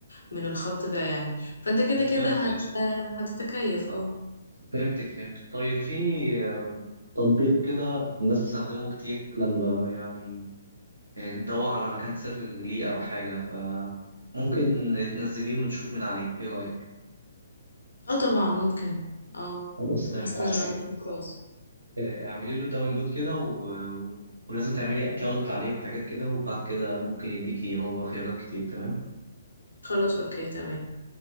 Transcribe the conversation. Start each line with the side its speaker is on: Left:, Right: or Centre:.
Left: من الخط ده يعني فانت كده كده
Right: فهمتك
Left: هت... هتتكيف اه
Right: فهمتك فهمتك طيب في آه، تطبيق كده الناس بتستخدمه كتير لما يعني ندور على مكان تسافر ليه أو حاجة فممكن تنزليه ونشوف من عليه إيه رأيك؟
Left: اه طبعا ممكن اه
Right: خلاص تمام
Left: حاسه
Right: ماشي
Left: ان ده خلاص اوبشن كويس
Right: آه، اعملي له داونلود كده و... و- ولازم تعملي أكاونت عليه وحاجات كده وبعد كده ممكن يديكي هو خيارات كتير تمام؟
Left: خلاص اوكي تمام